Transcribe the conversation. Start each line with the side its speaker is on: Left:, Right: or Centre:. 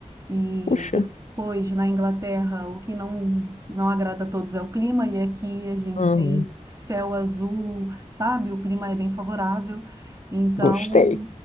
Right: E
Left: puxa.
Right: depois, na Inglaterra, o que não, não agrada a todos é o clima, e aqui a gente
Left: Hum,
Right: tem céu azul, sabe? O clima é bem favorável. Então,
Left: gostei.